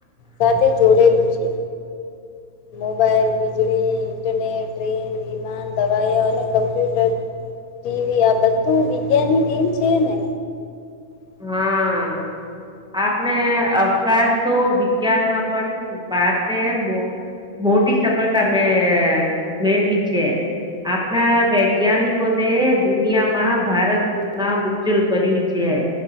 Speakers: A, on the left; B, in the centre.
A: સાથે જોડેલું છે. મોબાઈલ, વીજળી, ઇન્ટરનેટ, ટ્રેન, વિમાન, દવાઓ, અને કમ્પ્યુટર, ટીવી, આ બધું વિજ્ઞાાન ની દેન છે ને. <unintelligible>
B: હા આપણે અવકાશ તો વિજ્ઞાનમાં પણ ભાતે બો મોટી સફળતા મે મેળવી છે. આપણા વૈજ્ઞાનિકોને દુનિયામાં ભારત નું નામ ઉજ્જવલ કર્યું છે.